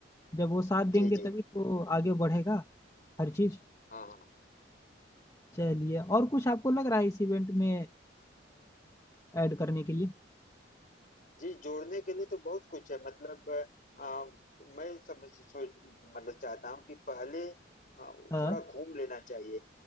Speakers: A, on the left; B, on the left.
A: जब वो साथ देंगे
B: जी जी
A: तभी तो आगे बढ़ेगा हर चीज
B: हाँ हाँ।
A: चलिए और कुछ आपको लग रहा है इस इवेंट में ऐड करने के लिए
B: जी जोड़ने के लिए तो बहुत कुछ है मतलब आ, मैं समझ सोच मतलब चाहता हूँ कि पहले आ,
A: हाँ
B: थोड़ा घूम लेना चाहिए